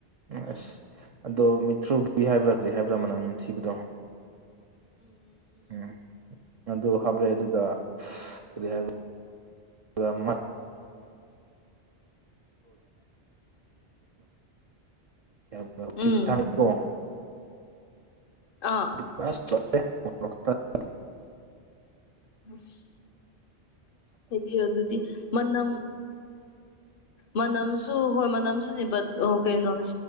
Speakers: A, on the right; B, on the left.
A: ꯑꯁ ꯑꯗꯣ ꯃꯤꯊ꯭ꯔꯨꯕꯤ ꯍꯥꯏꯕ꯭ꯔꯥ ꯀ꯭ꯔꯤ ꯍꯥꯏꯕ꯭ꯔꯥ ꯃꯅꯝ ꯅꯝꯊꯤꯕꯗꯣ ꯎꯝ ꯑꯗꯨ ꯍꯥꯞꯂꯦ ꯑꯗꯨꯒ ꯀꯔꯤ ꯍꯥꯏꯕ <unintelligible> ꯃꯤꯌꯥꯎ ꯃꯤꯌꯥꯎ ꯁꯤ
B: ꯎꯝ
A: ꯇꯥꯢ ꯀꯣ
B: ꯑꯥ
A: <unintelligible> <unintelligible>
B: ꯑꯁ ꯑꯩꯗꯤ ꯌꯥꯖꯗꯦ ꯃꯅꯝ ꯃꯅꯝꯁꯨ ꯍꯣꯏ ꯃꯅꯝꯁꯨꯅꯦꯕ ꯑꯣ ꯀꯩꯅꯣ